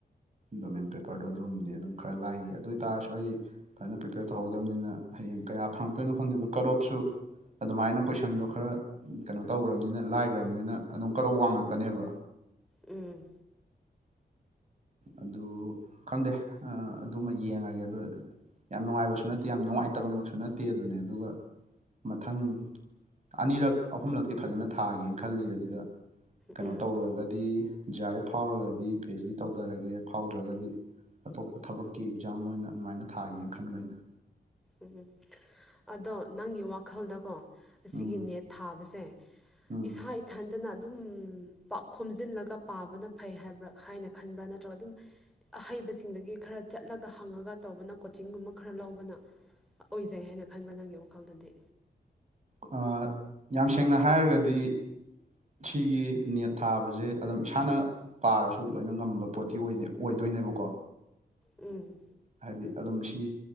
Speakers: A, on the right (about 40°); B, in the centre.
A: ꯗꯣꯃꯦꯟ ꯄꯦꯄꯔꯗꯣ ꯑꯗꯨꯝꯗꯤ ꯑꯗꯨꯝ ꯈꯔ ꯂꯥꯏꯈꯤ ꯑꯗꯨ ꯑꯣꯏꯇꯥꯔꯁꯨ ꯑꯩ ꯐꯖꯅ ꯄ꯭ꯔꯤꯄꯦꯌꯔ ꯇꯧꯍꯧ ꯇꯕꯅꯤꯅ ꯍꯌꯦꯡ ꯀꯌꯥ ꯐꯪꯉꯛꯇꯣꯏꯅꯣ ꯈꯪꯗꯦꯗꯣ ꯀꯠ ꯑꯣꯞꯁꯨ ꯑꯗꯨꯃꯥꯏꯅ ꯀꯣꯏꯁꯟꯗꯣ ꯈꯔ ꯀꯩꯅꯣ ꯇꯧꯈ꯭ꯔꯕꯅꯤꯅ ꯂꯥꯏꯈ꯭ꯔꯕꯅꯤꯅ ꯑꯗꯨꯝ ꯀꯠ ꯋꯥꯡꯉꯛꯀꯅꯦꯕ꯫
B: ꯎꯝ
A: ꯑꯗꯨ ꯈꯪꯗꯦ ꯑꯗꯨꯃ ꯌꯦꯡꯉꯒꯦ ꯑꯗꯣ ꯌꯥꯝ ꯅꯨꯡꯉꯥꯏꯕꯁꯨ ꯅꯠꯇꯦ꯫ ꯌꯥꯝ ꯅꯨꯡꯉꯥꯏꯇꯕꯃꯛꯁꯨ ꯅꯠꯇꯦ ꯑꯗꯨꯅꯦ ꯑꯗꯨꯒ ꯃꯊꯪ ꯑꯅꯤꯔꯛ ꯑꯍꯨꯝꯂꯛꯇꯤ ꯐꯖꯅ ꯊꯥꯒꯦꯅ ꯈꯜꯂꯤ ꯑꯗꯨꯗ ꯀꯩꯅꯣ
B: ꯎꯝ
A: ꯇꯧꯔꯒꯗꯤ J R F ꯐꯥꯎꯔꯒꯗꯤ ꯄꯤꯍꯩꯁꯗꯤ ꯇꯧꯊꯔꯒꯦ ꯐꯥꯎꯗ꯭ꯔꯒꯗꯤ ꯑꯇꯣꯞꯄ ꯊꯕꯛꯀꯤ ꯑꯦꯛꯖꯥꯝ ꯑꯣꯏꯅ ꯑꯗꯨꯃꯥꯏꯅ ꯊꯥꯒꯦꯅ ꯈꯟꯕ ꯑꯩꯅ
B: ꯎꯝ ꯑꯗꯣ ꯅꯪꯒꯤ ꯋꯥꯈꯜꯗꯀꯣ ꯑꯁꯤꯒꯤ
A: ꯎꯝ
B: ꯅꯦꯠ ꯊꯥꯕꯁꯦ
A: ꯎꯝ
B: ꯏꯁꯥ ꯏꯊꯟ ꯐꯠꯖꯅ ꯑꯗꯨꯝ ꯈꯣꯝꯖꯤꯜꯂꯒ ꯄꯥꯕꯅ ꯐꯩ ꯍꯥꯏꯕ꯭ꯔꯥ ꯍꯥꯏꯅ ꯈꯟꯕ꯭ꯔꯥ ꯅꯠꯇ꯭ꯔꯒ ꯑꯗꯨꯝ ꯑꯍꯩꯕꯁꯤꯡꯗꯒꯤ ꯈꯔ ꯆꯠꯂꯒ ꯍꯪꯉꯒ ꯇꯧꯕꯅ ꯀꯣꯆꯤꯡꯒꯨꯝꯕ ꯈꯔ ꯂꯧꯕꯅ ꯑꯣꯏꯖꯩ ꯍꯥꯏꯅ ꯈꯟꯕ꯭ꯔꯥ ꯅꯪꯒꯤ ꯋꯥꯈꯜꯗꯗꯤ
A: ꯑ ꯌꯥꯝ ꯁꯦꯡꯅ ꯍꯥꯏꯔꯒꯗꯤ ꯁꯤꯒꯤ ꯅꯦꯠ ꯊꯥꯕꯁꯦ ꯑꯗꯨꯝ ꯏꯁꯥꯅ ꯄꯥꯔꯁꯨ ꯂꯣꯏꯅ ꯉꯝꯕ ꯄꯣꯠ ꯇꯤ ꯑꯣꯏꯗꯣꯏꯅꯦꯕꯀꯣ꯫
B: ꯎꯝ
A: ꯍꯥꯏꯗꯤ ꯑꯗꯨꯝ ꯁꯤ